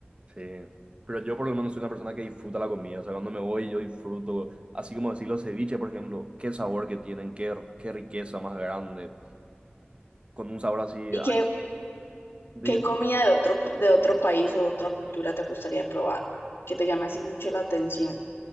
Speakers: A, on the right; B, on the left.
A: Sí. Pero yo por lo menos soy una persona que disfruta la comida, o sea, cuando me voy yo disfruto, así como decir los ceviches, por ejemplo, qué sabor que tienen, qué, qué riqueza más grande, con un sabor así.
B: ¿Y
A: a-
B: qué,
A: de-
B: qué comida de otro, de otro país o otra cultura te gustaría probar? Que te llame así mucho la atención.